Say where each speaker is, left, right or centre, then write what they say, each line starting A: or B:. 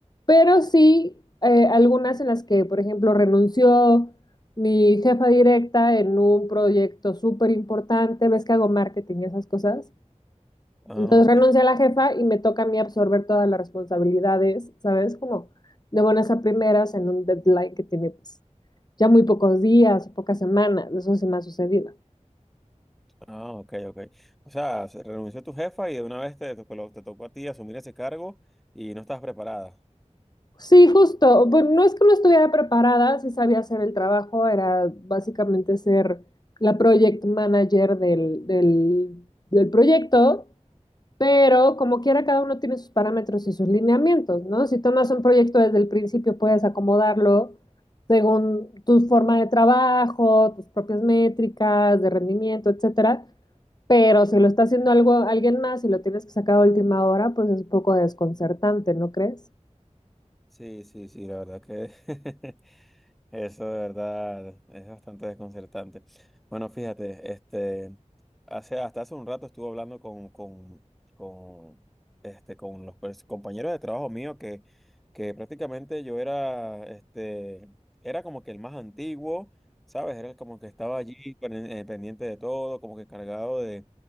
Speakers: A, on the left (about 35°); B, in the centre.
A: pero sí eh, algunas en las que, por ejemplo, renunció mi jefa directa en un proyecto súper importante, ves que hago marketing y esas cosas.
B: ah,
A: Entonces
B: ok.
A: renuncia a la jefa y me toca a mí absorber todas las responsabilidades, ¿sabes? Como de buenas a primeras en un deadline que tiene pues ya muy pocos días o pocas semanas, eso sí me ha sucedido.
B: Ah, ok, ok. O sea, se renunció tu jefa y de una vez te tocó, te tocó a ti asumir ese cargo y no estabas preparada.
A: Sí, justo, bueno, no es que no estuviera preparada, sí sabía hacer el trabajo, era básicamente ser la project manager del, del del proyecto. Pero como quiera, cada uno tiene sus parámetros y sus lineamientos, ¿no? Si tomas un proyecto desde el principio, puedes acomodarlo según tu forma de trabajo, tus propias métricas de rendimiento, etcétera. Pero si lo está haciendo algo, alguien más y lo tienes que sacar a última hora, pues es un poco desconcertante, ¿no crees?
B: Sí, sí, sí, la verdad que... <laughs> Eso de verdad es bastante desconcertante. Bueno, fíjate, este, hace, hasta hace un rato estuve hablando con, con, con, este, con los pers- compañeros de trabajo mío que, que prácticamente yo era, este, era como que el más antiguo, ¿sabes? Era como que estaba allí pen- eh, pendiente de todo, como que encargado de,